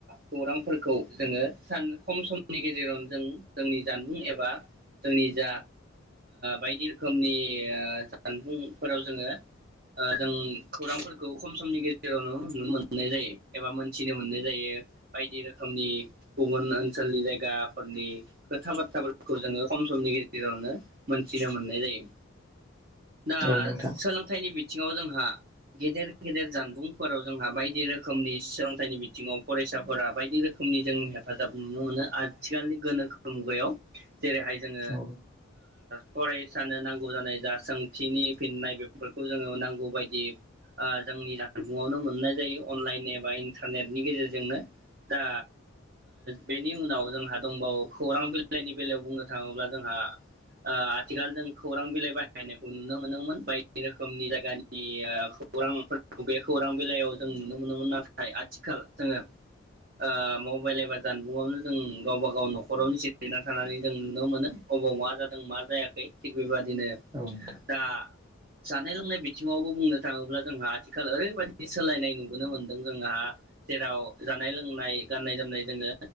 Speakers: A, on the right (about 45°); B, on the right (about 20°).
A: खौरांफोरखौ जोङो सान खम समनि गेजेराव जों जोंनि जानबुं एबा जोंनि जा बायदि रोखोमनि जानबुंफोराव जोङो जों खौरांफोरखौ खम समनि गेजेरावनो नुनो मोननाय जायो एबा मोन्थिनो मोननाय जायो बायदि रोखोमनि गुबुन ओनसोलनि जायगाफोरनि खोथा बाथ्राफोरखौ जोङो खम समनि गेजेरावनो मोनथिनो मोननाय जायो दा
B: औ नोंथां
A: सोलोंथाइनि बि थिङाव जोंहा गेदेर गेदेर जानबुंफोराव जोंहा बायदि रोखोमनि सोलोंथाइनि बिथिङाव फरायसाफोरा बायदि रोखोमनि जों हेफाजाब नुनो मोनो आथिखालनि गोनोखो मुगायाव जेरैहाय जोङो
B: औ
A: ओ फरायसानो नांगौ जानाय जा सोंथिनि फिननाय बेफोरखौ जोङो नांगौ बायदि ओ जोंनि जानबुंवनो मोननाय जायो अनलाइन एबा इन्टारनेटनि गेजेरजोंनो दा बेनि उनाव जोंहा दंबावो खौरां बिलाइनि बेलायाव बुंनो थाङोब्ला जोंहा आ आथिखाल जों खौरां बिलाइ बाहायनायखौ नुनो मोनदोंमोन बायदि रोखोमनि जायगानि आ खौरां बे खौरां बिलाइयाव जों नुनो मोनोमोन नाथाय आथिखाल जोङो ओ म मबाइलायबा जानबुंआवनो जों गावबा गाव न'खरावनो जिरायना थानानै जों नुनो मोनो अबाव मा जादों मा जायाखै थिग बेबादिनो
B: नोंथां
A: दा जानाय लोंनाय बिथिङावबो बुंनो थाङोब्ला जोंहा आथिखाल ओरैबायदि सोलायनाय नुबोनो मोन्दों जोंहा जेराव जानाय लोंनाय गाननाय जोमनाय जोङो